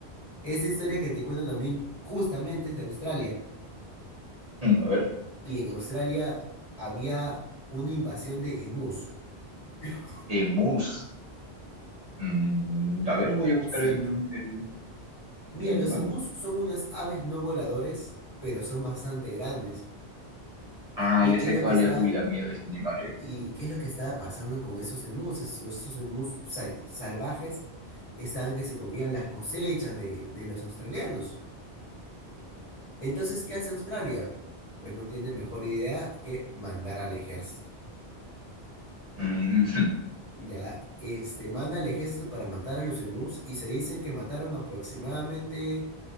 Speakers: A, on the left; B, on the right.
A: esa historia que te cuento también justamente es de Australia.
B: Mm, A ver,
A: Y en Australia había una invasión de emus. <laughs>
B: emus. Mm, a ver, voy a buscar
A: Sí,
B: el, el,
A: mira,
B: el animal.
A: los emus son unas aves no voladores, pero son bastante grandes.
B: Ah,
A: ¿Y
B: ya
A: qué
B: sé
A: es lo
B: cuál
A: que está,
B: es. Uy, da miedo este animal, ¿eh?
A: y qué es lo que estaba pasando con esos emus? Esos, esos emus sa- salvajes estaban que se comían las cosechas de, de los australianos. Entonces, ¿qué hace Australia? Pues no tiene mejor idea que mandar al ejército.
B: Mm,
A: Ya, este, manda al ejército para matar a los emús y se dicen que mataron aproximadamente